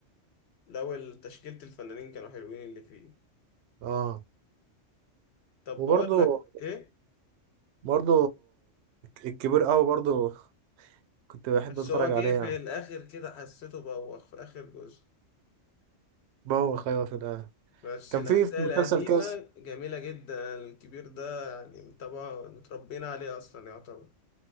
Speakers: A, on the left; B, on the right.
A: لو ال- تشكيلة الفنانين كانوا حلوين اللي فيه
B: اه
A: طب
B: وبرضو
A: بقول لك ايه
B: برضو الكبير قوي برضو كنت بحب
A: بس
B: اتفرج
A: هو جه
B: عليها
A: في الاخر كده حسيته بوخ في اخر جزء
B: بوخ ايوه في الآخر
A: بس
B: كان
A: الاجزاء
B: في في مسلسل
A: القديمة
B: كاس
A: جميلة جدا الكبير ده يعني طبعا متربيين عليه اصلا يعتبر